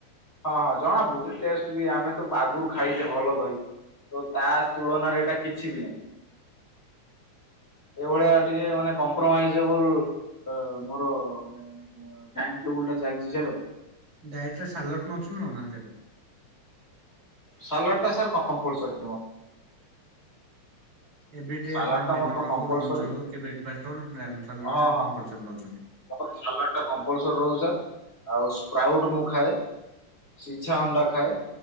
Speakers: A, on the left; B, on the right.
A: ହଁ ହଁ ଜଣାପଡୁଛି ଟେଷ୍ଟ ବି ଆମେ ତ ଆଗରୁ ଖାଇଛେ ଭଲ ଦହି। ଆଉ ତା ତୁଳନାରେ ଏଇଟା କିଛି ବି ନାହିଁ। ଏଇ ଭଳିଆ ଟିକେ ମାନେ କମ୍ପ୍ରୋମାଇଜେବଲ୍ ଆ ମୋର ମାନେ ଟାଇମ୍ ଟେବୁଲ ଟା ଚାଲିଛି ସାର୍ ଆଉ।
B: ଡାଏଟ୍ ରେ ସାଲାଡ୍ ନାଉଛନ୍ତି ନା ନାହିଁ ଆପଣ?
A: ସଲାଡ୍ ଟା ସାର୍ କମ୍ପଲସାରୀ।
B: ଏଭ୍ରିଡେ
A: ସାଲାଡ
B: ଆପଣ
A: ଟା
B: ଡିନର
A: ମୋର କମ୍ପଲସରୀ
B: ହଉ ଲଞ୍ଚ ହଉ କି ବ୍ରେକଫାଷ୍ଟ ହଉ ସାଲାଡ୍
A: ହଁ
B: ଟା
A: ହଁ
B: କମ୍ପଲସାରୀ ନଉଛନ୍ତି?
A: ମୋର ସାଲାଡ୍ ତ କମ୍ପଲସାରୀ ରହୁଛି ସାର୍ ଆଉ ସ୍ପ୍ରାଉଟ୍ସ ମୁଁ ଖାଏ। ସିଝା ଅଣ୍ଡା ଖାଏ।